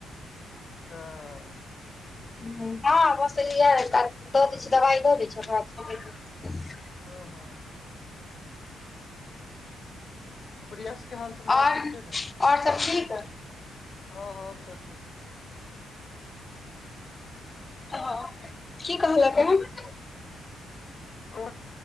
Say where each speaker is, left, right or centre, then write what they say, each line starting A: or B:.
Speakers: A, on the left; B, on the left.
A: तऽ
B: हँ बसल य <unintelligible> त दै छिये दबाई द दै छै
A: हँ हँ प्रियांश के हाल समाचार
B: ओर
A: ठीक छै ने
B: ओर सभ ठीक
A: हँ हँ सभ ठीक
B: ह क कहल त
A: आ